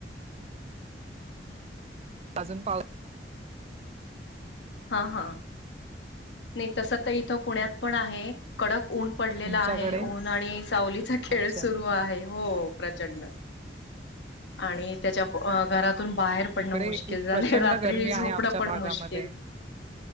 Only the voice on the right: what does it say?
अजून पाव-
तुमच्याकडे
अच्छा
इकडे
इ-
प्रचंड
गरमी
आहे आमच्या
भागामध्ये